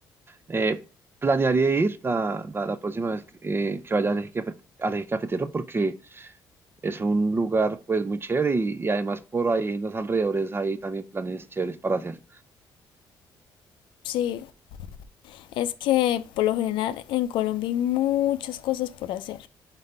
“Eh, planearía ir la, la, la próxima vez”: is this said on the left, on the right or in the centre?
Right